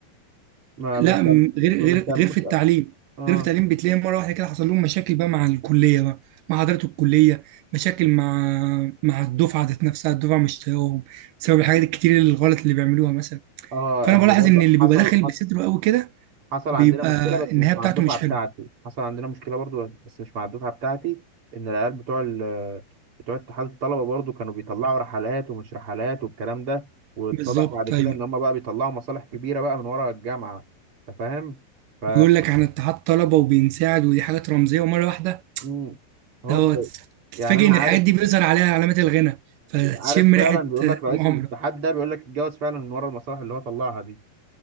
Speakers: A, on the right (about 40°); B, on the right (about 75°).
A: ما
B: لا
A: بيهتم
B: م- غير
A: ما
B: غير
A: بيهتموش
B: غير في التعليم
A: اه
B: غير في التعليم بتلاقي مره واحده كده حصل لهم مشاكل بقى مع الكليه بقى مع حضرات الكليه مشاكل مع مع الدفعه ذات نفسها الدفعه مش طايقاهم بسبب الحاجات الكتير الغلط اللي بيعملوها مثلا
A: اه
B: فانا
A: هو
B: بلاحظ
A: برضه
B: ان اللي بيبقى
A: حصل
B: داخل
A: حصل
B: بصدره قوي كده
A: حصل
B: بيبقى
A: عندنا مشكلة بس
B: النهايه
A: مش
B: بتاعته
A: مع الدفعة
B: مش
A: بتاعتي
B: حلوه
A: حصل عندنا مشكلة برضو بس مش مع الدفعة بتاعتي إن العيال بتوع ال بتوع اتحاد الطلبة برضو كانوا بيطلعوا رحلات ومش رحلات والكلام ده واتضح
B: بالظبط
A: بعد كده
B: ايوه
A: إن هما بقى بيطلعوا مصالح كبيرة بقى من ورا الجامعة أنت فاهم؟ ف
B: ويقول لك عن اتحاد طلبه وبينساعد ودي حاجات رمزيه ومره واحده
A: مم. هوب
B: هو تتفاجئ
A: يعني أنا
B: ان
A: عارف
B: الحاجات دي بيظهر عليها علامات الغنى فتشم
A: عارف فعلا
B: ريحه
A: بيقول لك رئيس
B: مؤامره
A: الاتحاد ده بيقول لك اتجوز فعلا من ورا المصالح اللي هو طلعها دي